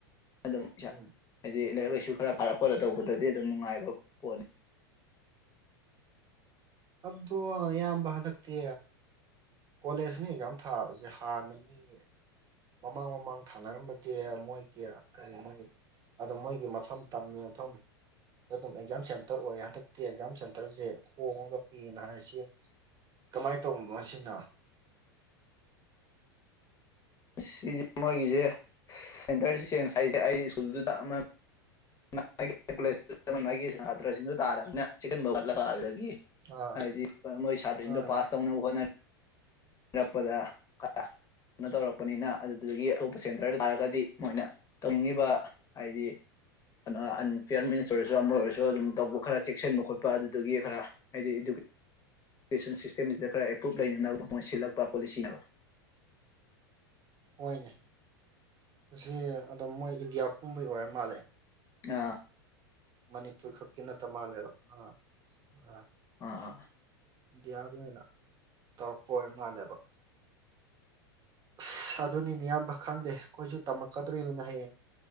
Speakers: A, on the left (about 25°); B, on the right (about 35°).
A: ꯑꯗꯨꯝ ꯏꯁꯥ
B: ꯎꯝ
A: ꯍꯥꯏꯗꯤ ꯂꯥꯏꯔꯤꯛ ꯂꯥꯏꯁꯨ ꯈꯔ ꯄꯥꯔ ꯈꯣꯠꯂ ꯇꯧꯕꯗꯗꯤ ꯑꯗꯨꯝ ꯅꯨꯡꯉꯥꯏꯕ ꯄꯣꯠꯅꯤ
B: ꯑꯗꯣ ꯏꯌꯥꯝꯕ ꯍꯟꯗꯛꯇꯤ ꯀꯣꯂꯦꯖ ꯃꯤ ꯑꯦꯛꯖꯥꯝ ꯊꯥꯕꯁꯦ ꯍꯥꯟꯅ ꯃꯤ <unintelligible> ꯃꯃꯥꯡ ꯃꯃꯥꯡ ꯊꯥꯅꯔꯝꯕꯗꯤ ꯃꯣꯏꯒꯤ ꯀꯔꯤ ꯃꯣꯏꯒꯤ ꯑꯗꯣ ꯃꯣꯏꯒꯤ ꯃꯐꯝ ꯇꯝꯃꯤ ꯃꯐꯝ ꯑꯗꯨꯝ ꯑꯦꯛꯖꯥꯝ ꯁꯦꯟꯇꯔ ꯑꯣꯏ ꯍꯟꯗꯛꯇꯤ ꯑꯦꯛꯖꯥꯝ ꯁꯦꯟꯇꯔꯖꯦ ꯍꯣꯡꯉꯒ ꯄꯤꯅ ꯍꯥꯏꯁꯤ ꯀꯃꯥꯏ ꯇꯧꯕꯅ‌ꫭ ꯑꯁꯤꯅ
A: ꯁꯤ ꯃꯣꯏꯒꯤꯖꯦ ꯁꯦꯟꯇꯔ ꯆꯦꯟꯖ ꯍꯥꯏꯁꯦ ꯑꯩ ꯁ꯭ꯀꯨꯜꯗꯨꯗ ꯑꯃ ꯃꯥꯏ ꯃꯥꯏ ꯀꯣꯂꯦꯖ <unintelligible> ꯃꯥꯏ ꯃꯥꯏꯒꯤ ꯁꯥꯇ꯭ꯔꯁꯤꯡꯗꯨ ꯇꯥꯔꯕꯅꯤꯅ ꯆꯦꯛꯁꯟꯕ ꯋꯥꯠꯂꯒ ꯑꯗꯒꯤ
B: ꯑꯥ
A: ꯍꯥꯏꯗꯤ ꯃꯣꯏ ꯁꯥꯇ꯭ꯔꯁꯤꯡꯗꯣ
B: ꯑꯥ
A: ꯄꯥꯁ ꯇꯧꯅꯕ ꯍꯣꯠꯅ ꯔꯛꯄꯗ ꯀ <unintelligible> ꯀꯩꯅꫭ ꯇꯧꯔꯛꯄꯅꯤꯅ ꯑꯗꯨꯗꯨꯒꯤ ꯑꯇꯣꯞꯄ ꯁꯦꯟꯇꯔ ꯇꯥꯔꯒꯗꯤ ꯃꯣꯏꯅ ꯇꯝꯉꯤꯕ ꯍꯥꯏꯗꯤ ꯀꯩꯅꯣ ꯑꯟꯐꯤꯌꯥꯔ ꯃꯤꯟꯁ ꯑꯣꯏꯔꯁꯨ ꯑꯃ ꯑꯣꯏꯔꯁꯨ ꯑꯗꯨꯝ ꯇꯧꯕ ꯈꯔ ꯆꯦꯛꯁꯤꯟꯕ ꯈꯣꯠꯄ ꯑꯗꯨꯗꯨꯒꯤ ꯈꯔ ꯍꯥꯏꯗꯤ ꯑꯗꯨꯒꯤ ꯏꯖꯨꯀꯦꯁꯟ ꯁꯤꯁꯇꯦꯝꯁꯤꯗ ꯈꯔ ꯑꯦꯄ꯭ꯔꯨꯞ ꯂꯩꯅꯅꯕ ꯃꯣꯏ ꯁꯤꯜꯂꯛꯄ ꯄꯣꯂꯤꯁꯤꯅꯦꯕ
B: ꯍꯣꯏꯅꯦ ꯃꯁꯤ ꯑꯗꯨꯝ ꯃꯣꯏ ꯏꯟꯗꯤꯌꯥ ꯄꯨꯝꯕꯩ ꯑꯣꯏꯔ ꯃꯥꯜꯂꯦ
A: ꯑꯥ
B: ꯃꯅꯤꯄꯨꯔ ꯈꯛꯀꯤ ꯅꯠꯇ ꯃꯥꯜꯂꯦꯕ ꯑꯥ ꯑꯥ
A: ꯑꯥ
B: ꯏꯟꯗꯤꯌꯥꯒꯤ ꯑꯣꯏꯅ ꯇꯧꯔꯛꯄ ꯑꯣꯏꯔ ꯃꯥꯜꯂꯦꯕ ꯑꯁ ꯑꯗꯨꯅꯤꯅꯦ ꯏꯌꯥꯝꯕ ꯈꯪꯗꯦ ꯑꯩꯈꯣꯏꯁꯨ ꯇꯝꯃꯛꯀꯗꯣꯔꯤꯕꯅꯤꯅ ꯍꯌꯦꯡ